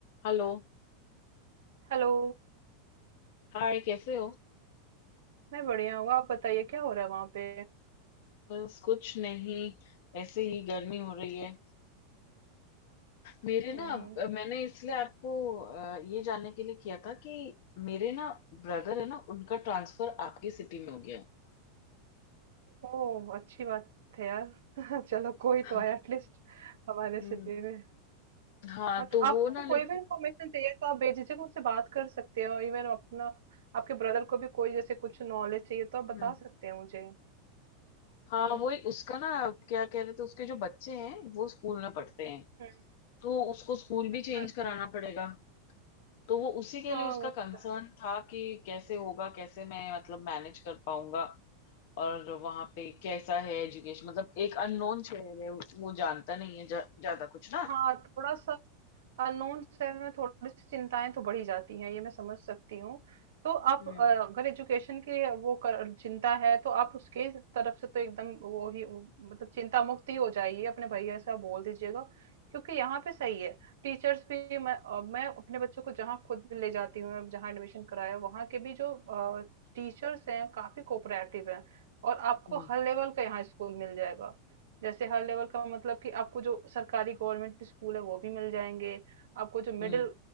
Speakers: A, on the left (about 65°); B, on the right (about 80°).
A: हेलो
B: Hello
A: हाय कैसे हो
B: मैं बढ़िया हूँ आप बताइए क्या हो रहा है वहां पे
A: बस कुछ नहीं ऐसे ही गर्मी हो रही है मेरे
B: हम्म,
A: ना मैंने इसलिए आपको अ, ये जानने के लिए किया था कि मेरे ना ब्रदर है ना उनका ट्रांसफर आपकी सिटी में हो गया है।
B: ओह अच्छी बात है यार <laughs> चलो कोई
A: हाँ
B: तो आया एटलीस्ट हमारे
A: हम्म,
B: सिटी में
A: हाँ
B: हाँ
A: तो
B: तो
A: वो
B: आपको
A: ना लेकिन
B: कोई भी इंफॉर्मेशन चाहिए तो आप बेझिझक मुझसे बात कर सकते हो इवन अपना आपके ब्रदर को भी कोई जैसे कुछ नॉलेज चाहिए तो आप
A: हम्म,
B: बता सकते हैं मुझे
A: हाँ
B: हम्म
A: वो एक- उसका ना क्या कह रहे थे उसके जो बच्चे हैं वो स्कूल में पढ़ते हैं
B: हम्म,
A: तो उसको स्कूल भी
B: अच्छा
A: चेंज
B: अच्छा
A: कराना पड़ेगा तो वो उसी के
B: हाँ
A: लिए उसका
B: वो तो,
A: कंसर्न था कि कैसे होगा कैसे मैं मतलब मैनेज कर पाऊंगा और वहां पे कैसा है एजुकेशन मतलब एक अननोन शहर है वो जानता नहीं है जा, ज्यादा कुछ ना
B: हाँ थोड़ा सा अननोन से हमें थोड़ी सी चिंताएँ तो बढ़ ही जाती हैं, ये मैं समझ सकती हूँ। तो आप
A: हम्म
B: अ, अगर एजुकेशन की वो कर चिंता है तो आप उसके तरफ से तो एकदम वो ही उ मतलब चिंता मुक्त ही हो जाइए, अपने भैया से आप बोल दीजिएगा। क्योंकि यहाँ पे सही है, टीचर्स भी मैं अ, मैं अपने बच्चों को जहाँ खुद भी ले जाती हूँ, जहाँ एडमिशन कराया वहाँ के भी जो अ, टीचर्स हैं काफ़ी कोऑपरेटिव हैं और आपको
A: हम्म
B: हर लेवल का यहाँ स्कूल मिल जाएगा। जैसे हर लेवल का मतलब कि आपको जो सरकारी गवर्नमेंट स्कूल है वो भी मिल जाएँगे, आपको जो मिडिल
A: हम्म